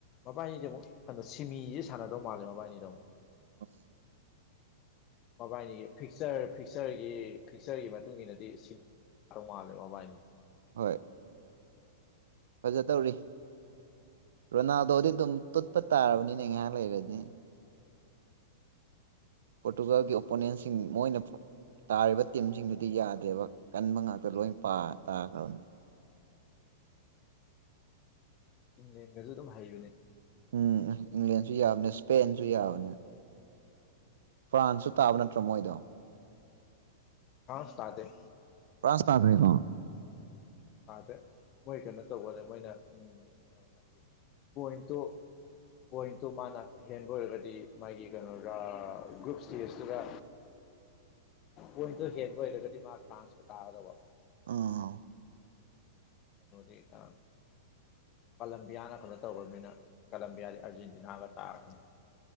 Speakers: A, on the left; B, on the right.
A: ꯃꯕꯥꯏꯅꯤꯗꯤ ꯑꯃꯨꯛ ꯀꯅꯥ ꯁꯥ__ ꯁꯤꯃꯤꯖꯦ ꯁꯥꯟꯅꯗꯧ ꯃꯥꯂꯦ ꯃꯕꯥꯏꯅꯤꯗ ꯑꯃꯨꯛ
B: ꯎꯝ
A: ꯃꯕꯥꯏꯅꯤꯒꯤ ꯐꯤꯛꯆꯔ ꯐꯤꯛꯆꯔꯒꯤ ꯐꯤꯛꯆꯔꯒꯤ ꯃꯇꯨꯡ ꯏꯟꯅꯗꯤ ꯁꯤꯞ__ ꯗꯧ ꯃꯥꯜꯂꯦ ꯃꯕꯥꯏꯅꯤꯖꯦ
B: ꯍꯣꯏ ꯐꯖ ꯇꯧꯔꯤ ꯔꯣꯅꯥꯜꯗꯣꯗꯤꯗꯨꯝ ꯇꯨꯠꯄ ꯇꯥꯔꯕꯅꯤꯅꯦ ꯉꯥꯏꯍꯥꯛ ꯂꯩꯔꯗꯤ ꯄꯣꯔꯇꯨꯒꯜꯒꯤ ꯑꯣꯄꯣꯅꯦꯟꯁꯤꯡ ꯃꯣꯏꯅ ꯄꯨ__ ꯇꯥꯔꯤꯕ ꯇꯤꯝꯁꯤꯡꯗꯨꯗꯤ ꯌꯥꯗꯦꯕ ꯀꯟꯕ ꯉꯥꯛꯇ ꯂꯣꯏ ꯄꯥ ꯇꯥꯈ꯭ꯔꯕꯅꯦ
A: ꯏꯪꯂꯦꯟꯒꯖꯨ ꯑꯗꯨꯝ ꯍꯩꯕꯅꯦ
B: ꯎꯝ ꯏꯪꯂꯦꯟꯁꯨ ꯌꯥꯕꯅꯦ ꯏꯁꯄꯦꯟꯁꯨ ꯌꯥꯕꯅꯦ ꯐ꯭ꯔꯥꯟꯁꯁꯨ ꯇꯥꯕ ꯅꯠꯇ꯭ꯔꯣ ꯃꯣꯏꯗꯣ
A: ꯐ꯭ꯔꯥꯟꯁ ꯇꯗꯦ
B: ꯐ꯭ꯔꯥꯟꯁ ꯇꯥꯈ꯭ꯔꯦꯀꯣ
A: ꯇꯥꯗꯦ ꯃꯣꯏ ꯀꯩꯅꯣ ꯇꯧꯕꯅꯦ ꯃꯣꯏꯅ ꯎꯝ ꯃꯥꯒꯤ ꯄꯣꯏꯟꯠꯇꯣ ꯄꯣꯏꯟꯠꯇꯨ ꯃꯥꯅ ꯍꯦꯟꯕ ꯑꯣꯏꯔꯒꯗꯤ ꯃꯥꯒꯤ ꯀꯩꯅꯣꯔꯥ ꯒ꯭ꯔꯨꯞ ꯁ꯭ꯇꯦꯖꯇꯨꯗ
B: <inaudible>
A: ꯄꯣꯏꯟꯠꯇꯣ ꯍꯦꯟꯕ ꯑꯣꯏꯔꯒꯗꯤ ꯃꯥ ꯐ꯭ꯔꯥꯟꯁꯀ ꯇꯥꯒꯗꯧꯕ
B: ꯑꯥꯎ
A: ꯀꯩꯅꯣꯗꯤ ꯑꯥ ꯀꯂꯝꯕꯤꯌꯥꯅ ꯀꯩꯅꯣ ꯇꯧꯒ꯭ꯔꯝꯅꯤꯅ ꯀꯂꯝꯕꯤꯌꯥꯗꯤ ꯑꯥꯔꯖꯦꯟꯇꯤꯅꯥꯒ ꯇꯥꯕꯅꯤ